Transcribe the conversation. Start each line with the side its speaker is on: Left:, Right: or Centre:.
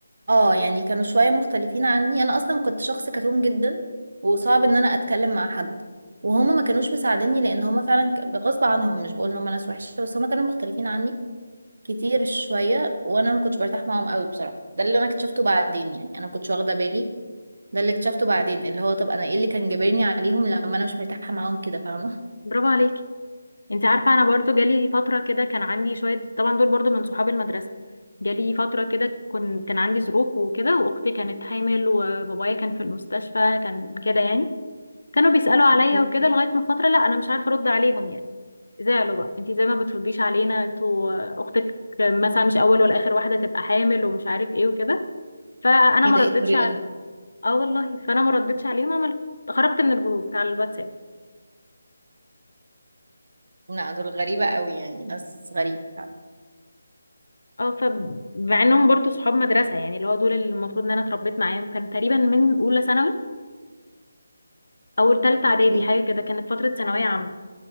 Right: اه يعني كانوا شوية مختلفين عني انا اصلا كنت شخص كتوم جدا وصعب ان انا اتكلم مع حد وهما ما كانوش مساعديني لان هما فعلا ك- غصب عنهم مش بقول ان هما ناس وحشة بس هما كانوا مختلفين عني كتير شوية وانا ما كنتش برتاح معاهم قوي بصراحة ده اللي انا اكتشفته بعدين يعني انا ما كنتش واخدة بالي ده اللي اكتشفته بعدين اللي هو طب انا ايه اللي كان جابرني عليهم لما انا مش مرتاحة معاهم كده فاهمة
Left: برافو عليكي انت عارفه انا برضو جالي فتره كده كان عندي شويه طبعا دول برضو من صحاب المدرسه جالي فتره كده كن... كان عندي ظروف وكده واختي كانت حامل وبابايا كان في المستشفى كان كده يعني كانوا بيسالوا عليا
Right: اوكي.
Left: وكده لغايه ما فتره لا انا مش عارفه ارد عليهم يعني زعلوا بقى انتي زي ما بترديش علينا انتوا آه، اختك مثلا مش اول ولا اخر واحده تبقى حامل ومش عارف ايه وكده فانا
Right: ايه
Left: ما
Right: ده
Left: ردتش
Right: ايه الطريقة
Left: على
Right: دي
Left: اه والله فانا ما ردتش عليهم عملت خرجت من الجروب بتاع الواتساب
Right: لا دول غريبة قوي يعني ناس غريبة فعلا
Left: اه فمع انهم برضو صحاب مدرسه يعني اللي هو دول اللي المفروض ان انا اتربيت معاهم كان تقريبا من اولى ثانوي او ثالثه
Right: اوكي
Left: اعدادي حاجه كده كانت فتره ثانويه عامه